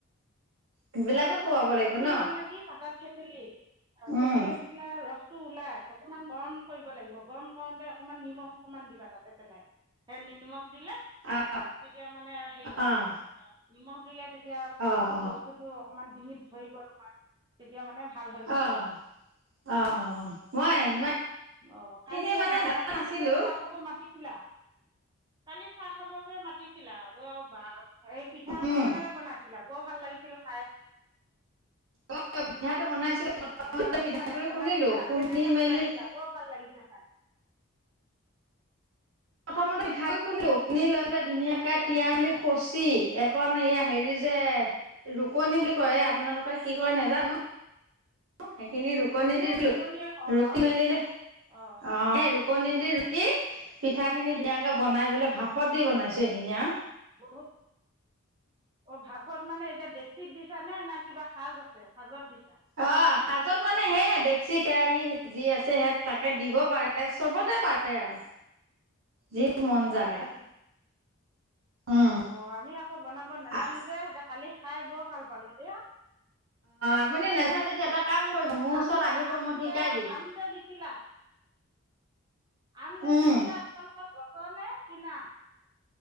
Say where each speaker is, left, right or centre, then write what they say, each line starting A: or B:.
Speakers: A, on the right; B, on the right.
A: সেইবিলাকো খুৱাব
B: অ
A: লাগিব
B: সেইখিনি
A: ন।
B: মানে কি পাতত থেঠেলি, থেঠেলি
A: উম
B: ফিলাই ৰসটো ওলাই, অকণমান গৰম কৰিব লাগিব। গৰম কৰোঁতে অকণমান নিমখ অকণমান দিবা তাতে পেলাই। সে, নিমখ দিলে।
A: অ'
B: তেতিয়া মানে হেৰি, হ'ব
A: অ'
B: নিমখ দিলে, তেতিয়া
A: অ'
B: বস্তুটো অকণমান ডিঙিত ধৰিব তোমাৰ, তেতিয়া মানে ভাল হৈ যাব।
A: অ' অ' অ' মই সিমান
B: অ
A: খিনি
B: কালি হেব,
A: মানে জনা
B: কালি
A: নাছিলো
B: হে যে চাহ। খাব মাতিছিলা, কালি চাহ খাব যে মাতিছিলা অ বাব এই পিঠাটো
A: উম
B: কেনেকে বনাইছিলা বৰ ভাল লাগিছিল খাই।
A: অ পিঠাটো বনাইছিলে প্ৰথমতে
B: ঢোকা পিঠা
A: পিঠাগুৰি
B: যে বনাইছিলা
A: খুন্দিলো, খুন্দি
B: কেনেকৈ বনাইছিলা
A: মেলি
B: বৰ ভাল লাগিছে খাই
A: প্ৰথমতে পিঠাগুড়ি খুন্দিলো খুন্দি লৈ পেলাই ধুনীয়াকছ
B: হয়
A: তিয়াই
B: নেকি
A: মেলি কচি একন, এইয়া হেৰি যে ৰুকনি বুলি কয়, আপোনালোকে কি কয় নে জানো? সেইখিনি ৰুকনি
B: আমিও
A: দি
B: ৰুকনিয়ে কওঁ
A: ৰুকি
B: বাৰু
A: মেলিলে অ,
B: অঁ হয় নি
A: ৰুকনি দি কি, পিঠাখিনি ধুনাকে বনাই পেলাই, ভাপত দি
B: অঁ
A: বনাইছো সেইখিনি আ
B: বহুত অ ভাপত মানে এতিয়া দেশীত দিছা নে না কিবা সাজ আছ সাজত দিছা?
A: অ কাজত মানে, সেই ডেকচি, কেৰাহী যি আছে, সেই তাকে দিব পাৰ চবতে পাৰে আৰু যি মন যায়
B: হয়
A: আৰু উম
B: অ, আমি আকৌ বনাব নাজানো
A: অ
B: যে, কালি খাই বৰ ভাল পালো দিয়া। তাৰপিছত
A: আপুনি
B: আকৌ
A: নাজানে যদি এটা কাম কৰিব মোৰ ওচৰত
B: আম যে,
A: আহিব
B: আম
A: মই শিকাই
B: যে
A: দিম
B: আম যে দিছিলা। আম যে
A: উম
B: দিছিলা, তোমালোকৰ গছৰ নে কিনা?